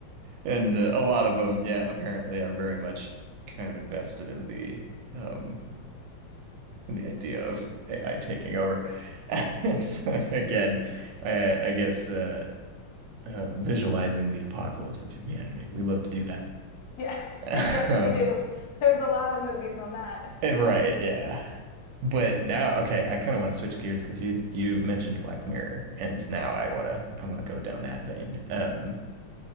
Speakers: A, on the right; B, on the left.
A: and uh, a lot of them yeah apparently are very much kind of invested in the um in the idea of AI taking over <laughs> so again I, I guess uh, uh visualizing the apocalypse of humanity we love to do
B: Yeah, <laughs>
A: that
B: yes,
A: <laughs> um
B: we do. There's a lot of movies on that.
A: eh, right
B: <laughs>
A: yeah but now okay I kind of want to switch gears because you you mentioned Black Mirror and now I want to I want to go down that vein um